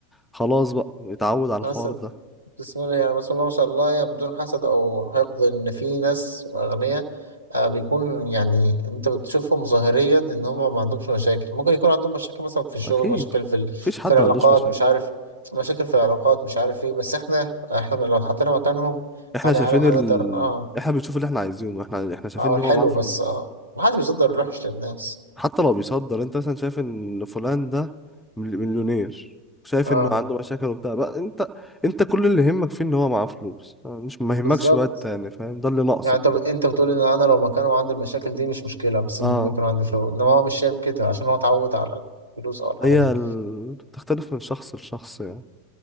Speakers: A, in the centre; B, on the right.
A: خلاص بقى اتعود على
B: بس
A: الحوار ده
B: بسم الله يعني بسم الله ما شاء الله يعني بدون حسد او حقد ان في ناس اغنياء آه، بيكون يعني انت بتشوفهم ظاهريا ان هم ما عندهمش مشاكل ممكن يكون عندهم مشاكل مثلا في الشغل
A: اكيد
B: مشاكل في ال...
A: مفيش حد
B: في العلاقات
A: ما عندوش مشاكل
B: مش عارف مشاكل في العلاقات مش عارف ايه بس احنا احنا لو اتحطينا مكانهم
A: احنا
B: هل
A: شايفين
B: يا عالم هنقدر
A: ال...
B: اه
A: احنا بنشوف اللي احنا عايزينه احنا احنا شايفين
B: اه
A: ان
B: الحلو
A: هو معاه فلوس
B: بس اه ما حدش بيصدر الوحش للناس
A: حتى لو بيصدر انت مثلا شايف ان فلان ده مل- مليونير شايف
B: اه
A: انه عنده مشاكل وبتاع بقى انت انت كل اللي يهمك فيه ان هو معاه فلوس مش ما يهمكش
B: بالظبط
A: بقى التاني فاهم ده اللي ناقصك
B: يعني انت انت بتقول ان انا لو مكانه وعندي المشاكل دي مش مشكله بس
A: اه
B: المهم يكون عندي فلوس انما هو مش شايف كده عشان هو اتعود على الفلوس او الحاجه
A: هي
B: دي
A: ال... تختلف من شخص لشخص يعني